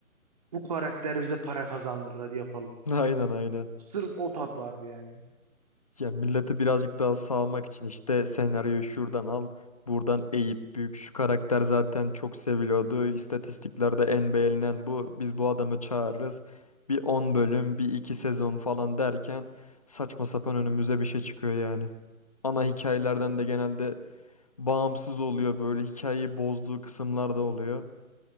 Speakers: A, on the right; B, on the left.
A: bu karakter bize para kazandırır hadi yapalım.
B: <laughs> Aynen aynen.
A: Sırf o tat vardı yani.
B: Ya millete birazcık daha sağlamak için işte senaryoyu şuradan al, buradan eğip büyük şu karakter zaten çok seviliyordu. İstatistiklerde en beğenilen bu. Biz bu adamı çağırırız. Bir 10 bölüm, bir 2 sezon falan derken saçma sapan önümüze bir şey çıkıyor yani. Ana hikayelerden de genelde bağımsız oluyor böyle hikayeyi bozduğu kısımlar da oluyor.